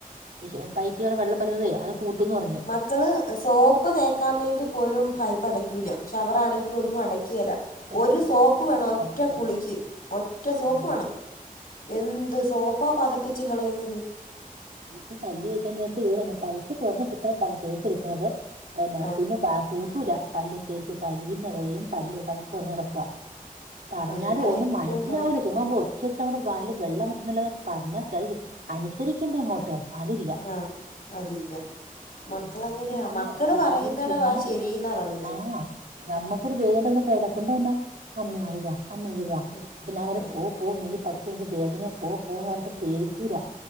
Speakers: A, on the right; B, on the left.
A: ഇശ് അ പൈപ്പി വെള്ളം വരുന്നതേ അത് പൂട്ടുന്ന് പറഞ്ഞു.
B: ക്കള് സോപ്പ് തേക്കാവേണ്ടി പോലും പൈപ്പടക്കൂല്ല ശവറാണെങ്ക- ങ്കിലൊന്നും അടക്കിയേല
A: അടയ്ക്കൂല
B: ഒരു സോപ്പ്
A: ചുമ്മാ
B: വേണം
A: അങ്ങ്
B: ഒറ്റ
A: തുറന്നിട്ടേക്കും
B: കുളിക്ക് ഒറ്റ സോപ്പ്
A: ആ
B: വേണം. എന്ത് സോപ്പാ പതപ്പിച്ച് കളയുന്നത്.
A: ഇപ്പ പല്ലേക്കാൻ നേരത്തിതുപോലെന്നെ പൈപ്പ് തൊറന്നിട്ടിട്ടാ പാ പേസ് എടുക്കുന്നത് പിന്നെ
B: ആ
A: പിന്നെ പാ പൂട്ടൂല പല്ല് തേച്ച് കഴിയുന്നവരെയും പല്ല് പൈപ്പൊറന്നെടക്കുവ പറഞ്ഞാല്
B: ആ ഇതാ
A: ഒന്നും
B: ഏറ്റവും
A: മനസ്സിലാവൂല്ലേ
B: പാട്
A: ചുമ്മാ നമ്മ ഒച്ചെടുത്തമ്മടെ വായില് വെള്ളം വറ്റുന്നല്ലാത പറഞ്ഞാ ത അനുസരിക്കേണ്ടങ്ങോട്ട് ട്ട് അതില്ല
B: ആഹ് അതില്ല മക്കളങ്ങനെയാ
A: പൈസ ഞാന്
B: മക്കള് പറയുന്നെടവാ
A: വന്ന് ഒരു ചുമ്മാ
B: ശരീന്നാ പറയുന്നെ
A: ആ നമ്മക്കൊരു വേദട്ട് കെടക്കുമ്പോ എന്നാ അമ്മേ അത് താ അമ്മേ ഇത് താ
B: ഉം
A: പിന്ന അവരെ
B: ആ
A: പോ പോ എനിക്ക് പറ്റുല എനിക്ക് വേദനയാ പോ പോന്ന് പറഞ്ഞിട്ട് കേക്കൂലാ